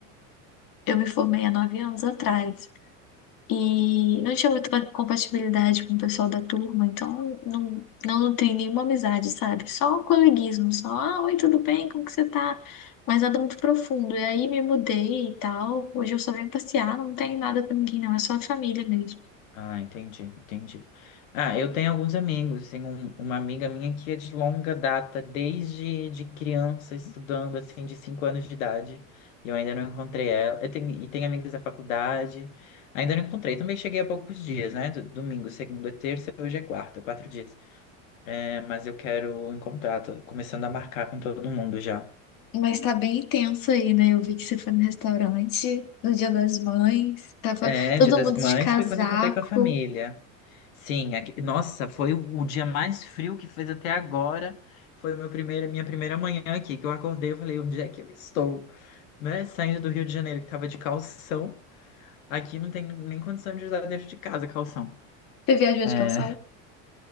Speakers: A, on the left; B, on the left.
A: Eu me formei há nove anos atrás e não tinha muita compatibilidade com o pessoal da turma, então não, não nutri nenhuma amizade, sabe? Só um coleguismo, só, ah, oi, tudo bem? Como que você tá? Mas nada muito profundo. E aí me mudei e tal. Hoje eu só venho passear, não tem nada com ninguém, não, é só a família mesmo.
B: Ah, entendi, entendi. Ah, eu tenho alguns amigos. Tenho um- uma amiga minha que é de longa data, desde de criança, estudando, assim, de cinco anos de idade. E eu ainda não encontrei ela. Eu tenho, e tenho amigos da faculdade. Ainda não encontrei. Também cheguei há poucos dias, né? Do- Domingo, segunda, terça, hoje é quarta, quatro dias. É, mas eu quero encontrar, tô começando a marcar com todo mundo já.
A: Mas tá bem intenso aí, né? Eu vi que você foi no restaurante no Dia das Mães, tava
B: É,
A: todo
B: Dia das
A: mundo
B: Mães
A: de casaco.
B: foi quando encontrei com a família. Sim, aqui- nossa, foi o, o dia mais frio que fez até agora. Foi o meu primeiro, minha primeira manhã aqui, que eu acordei e falei, onde é que eu estou? Né? Saindo do Rio de Janeiro, que tava de calção. Aqui não tem nem condição de usar dentro de casa calção.
A: Você viajou
B: É,
A: de calção?